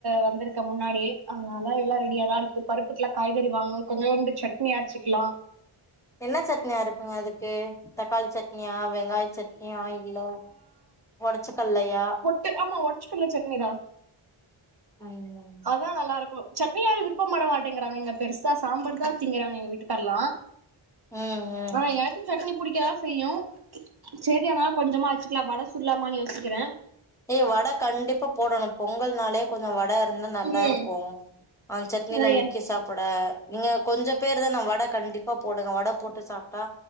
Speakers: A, on the right (about 50°); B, in the centre.
A: வந்திருக்க முன்னாடி அதனால எல்லா ரெடியாதா இருக்கு பருப்புக்கிலா காய்கறி வாங்குனு கொஞ்சோண்டு சட்னி ஆரச்சிக்கிலா
B: என்ன சட்னி அரப்பீங்க அதுக்கு தக்காளி சட்னியா வெங்காய சட்னியா ஆயில் இல்ல ஒடச்சு கல்லையா
A: ட்டு ஆமா ஒடச்ச கல்ல சட்னி தா
B: ஆய் இன்னம்
A: அதா நல்லாருக்கு சட்னியாரு விருப்பட மாட்டேங்கிறாங்க இங்க பெருசா சாம்பார் தா திங்கறாங்க எங்க வீட்டுக்கார்ல்லா
B: ம் ம்
A: ஆ எனக்கு சட்னிப் புடிக்கதா செய்யு சேரி ஆனா கொஞ்சமா வச்சுக்கிலா வட சுடுலாமான்னு யோசிக்கிற
B: ஏ வட கண்டிப்பா போடணு பொங்கல் நாலேப் கொஞ்ச வட இருந்தா நல்லாருக்கு
A: ம்
B: ஆந் சட்னில
A: அதயே
B: முக்கி சாப்புட நீங்க கொஞ்ச பேர்தான வட கண்டிப்பா போடுங்க வட போட்டு சாப்டா